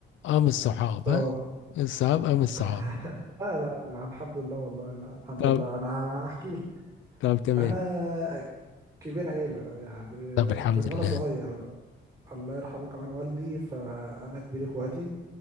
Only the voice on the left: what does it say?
أم الصحاب
ها الصحاب أم الصحاب
طب
طب تمام
طب الحمد
لله